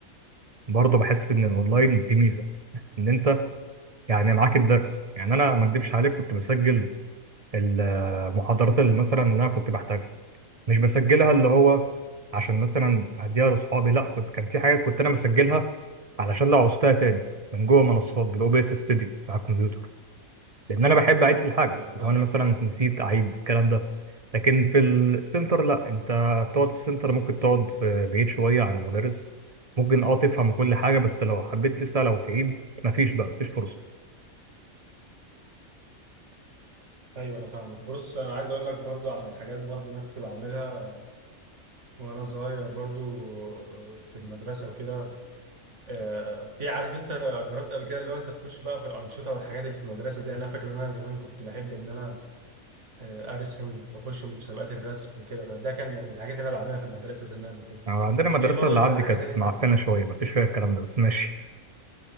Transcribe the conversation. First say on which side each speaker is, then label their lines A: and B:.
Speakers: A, on the right; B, on the right.
A: برضه بحس ان الاونلاين في ميزه ان انت يعني معاك الدرس يعني انا ما اكدبش عليك كنت بسجل المحاضرات اللي مثلا اللي انا كنت بحتاجها مش بسجلها اللي هو عشان مثلا اديها لاصحابي لا كنت كان في حاجات كنت انا بسجلها علشان لو عوزتها تاني من جوه منصات بالاو بي اس ستوديو على الكمبيوتر لان انا بحب اعيد في الحاجه
B: ايوه فاهم
A: لو انا مثلا نسيت اعيد الكلام ده لكن في السنتر لا انت تقعد في السنتر ممكن تقعد في بعيد شويه عن المدرس ممكن اه تفهم كل حاجه بس لو حبيت تسال او تعيد مفيش بقى مفيش فرصه
B: ايوه انا فاهمك بص انا عايز اقول لك برضو عن الحاجات برضو اللي انا كنت بعملها وانا صغير برضو في المدرسه وكده آه، في عارف انت جربت قبل كده اللي هو انت تخش بقى في الانشطه والحاجات اللي في المدرسه دي انا فاكر ان انا زمان كنت بحب ان انا آه، ارسم واخش مسابقات الرسم وكده ده كان يعني الحاجات اللي انا بعملها في المدرسه زمان وكده
A: يعني عندنا مدرسه
B: احكي لي برضه
A: اللي
B: انت
A: عندي
B: الحاجات
A: كانت
B: اللي انت
A: معفنه شويه مفيش فيها الكلام ده بس ماشي